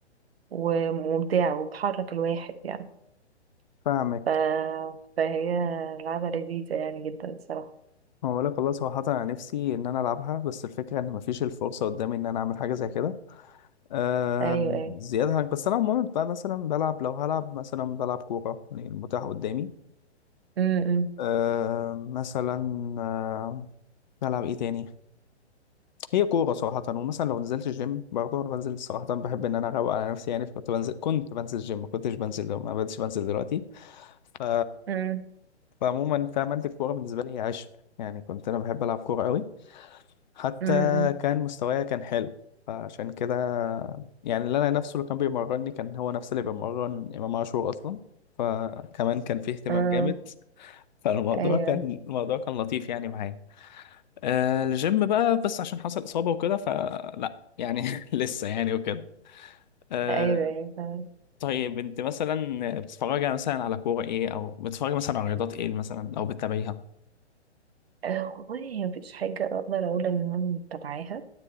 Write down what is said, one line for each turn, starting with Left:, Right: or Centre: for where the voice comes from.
Right: وممتعة وبتحرك الواحد يعني
Left: فاهمك
Right: ف... فهي لعبة لذيذة يعني جدا الصراحة
Left: هو بقولك والله صراحة أنا نفسي إن أنا ألعبها بس الفكرة إن مفيش الفرصة قدامي إن أنا أعمل حاجة زي كده آه
Right: ايوه ايوه
Left: زيادة عن بس أنا عموما بقى مثلا بلعب لو هلعب مثلا بلعب كورة يعني المتاح قدامي
Right: امم امم
Left: أه مثلا أه بلعب ايه تاني هي كورة صراحة ومثلا لو نزلت الجيم برضه انا بنزل صراحة بحب ان انا اروق على نفسي يعني فكنت بنزل كنت بنزل الجيم ما كنتش بنزل لو ما بديش بنزل دلوقتي ف
Right: امم
Left: فعموما فاهم انت الكورة بالنسبة لي هي عشق يعني كنت انا بحب العب كورة قوي حتى
Right: أمم،
Left: كان مستوايا كان حلو فعشان كده يعني اللي انا نفسه اللي كان بيمرني كان هو نفس اللي بيمرن امام عاشور اصلا فكمان كان فيه اهتمام
Right: اه
Left: جامد فالموضوع
Right: ايوه
Left: كان الموضوع كان لطيف يعني معايا آه الجيم بقى بس عشان حصل إصابة وكده فلا يعني <laughs> لسه يعني وكده آه
Right: ايوه ايوه فعلا
Left: طيب انت مثلا بتتفرجي يعني مثلا على كورة ايه او بتتفرجي مثلا على رياضات ايه مثلا او بتتابعيها
Right: آه والله هي مفيش حاجة اقدر اقول ان انا متابعاها